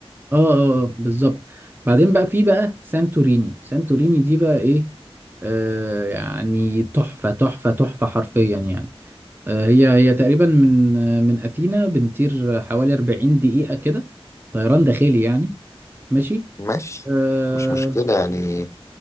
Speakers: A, on the right (about 20°); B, on the left (about 30°).
A: اه اه آه، بالظبط بعدين بقى في بقى سانتوريني سانتوريني دي بقى ايه آه يعني تحفه تحفه تحفه حرفيا يعني آه، هي هي تقريبا من آه، من أثينا بنطير حوالي 40 دقيقة كده طيران داخلي يعني ماشي
B: ماشي
A: أه
B: مش مشكله يعني